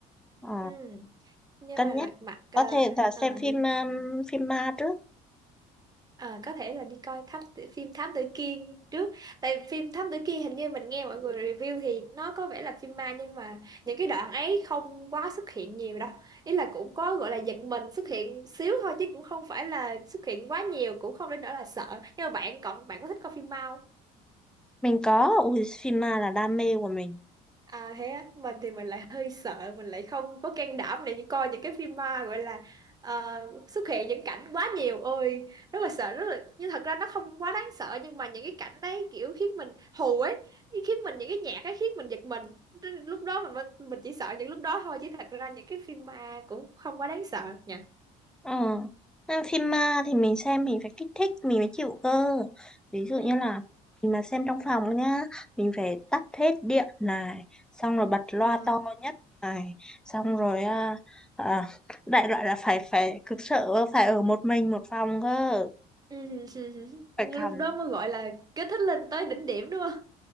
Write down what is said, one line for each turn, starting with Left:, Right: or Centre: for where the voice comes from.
Centre: Ờ,
Right: ừ nhưng
Centre: cân
Right: mà lật
Centre: nhắc
Right: mặt à,
Centre: có thể là xem
Right: à,
Centre: phim um, phim ma trước
Right: À, có thể là đi coi thám tử- phim Thám Tử Kiên trước tại phim Thám Tử Kiên hình như mình nghe mọi người review thì nó có vẻ là phim ma nhưng mà những cái đoạn ấy không quá xuất hiện nhiều đâu ý là cũng có gọi là giật mình xuất hiện xíu thôi chứ cũng không phải là xuất hiện quá nhiều cũng không đến nỗi là sợ nhưng mà bạn còn bạn có thích coi phim ma
Centre: mình có ui phim ma là đam mê của mình
Right: À thế á, mình thì mình lại hơi sợ, mình lại không có can đảm để coi những cái phim ma gọi là ờ, xuất hiện những cảnh quá nhiều ôi rất là sợ rất là nhưng thật ra nó không quá đáng sợ nhưng mà những cái cảnh đấy kiểu khiến mình hù ấy khiến mình những cái nhạc ấy khiến mình giật mình Nên lúc đó mình mới- mình chỉ sợ những lúc đó thôi chứ thật ra những cái phim ma cũng không quá đáng sợ nha
Centre: Ờ, xem phim ma thì mình xem mình phải kích thích mình mới chịu cơ. Ví dụ
Right: Ừ.
Centre: như là mình mà xem trong phòng nhá, mình phải tắt hết điện này, xong rồi bật loa
Right: Ờ.
Centre: to nhất này, xong rồi à, à, đại loại là phải phải cực sợ phải ở một mình một phòng cơ,
Right: Ừ. <laughs>
Centre: phải cảm
Right: Lúc đó mới gọi là kích thích lên tới đỉnh điểm đúng